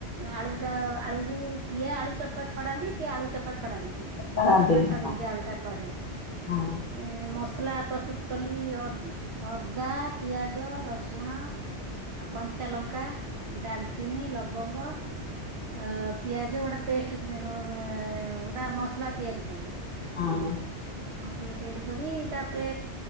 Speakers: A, on the right; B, on the left.
A: ଆଳୁ ଆଳୁକୁ କିଏ ଆଳୁ ଚୋପା ଛଡାନ୍ତି, କିଏ ଆଳୁ ଚୋପା ଛଡାନ୍ତିନି,
B: ଜାଣନ୍ତିନି
A: ମୁଁ ଚୋପା ଛଡେଇକି
B: ହଁ
A: ଆଳୁ ଟା କରେ
B: ହଁ
A: ଏ ମସଲା ପ୍ରସ୍ତୁତ କଲି। ଅ ଅ ଅଦା, ପିଆଜ, ରସୁଣ ଆଉ କଞ୍ଚା ଲଙ୍କା ଡାଲଚିନି, ଲବଙ୍ଗ ଅ ପିଆଜ ଗୋଟେ ପେଷ୍ଟ ଉ ନା ମସଲା ତିଆରି କଲି
B: ହଁ
A: ମସଲା ତିଆରି କରି, ତାପରେ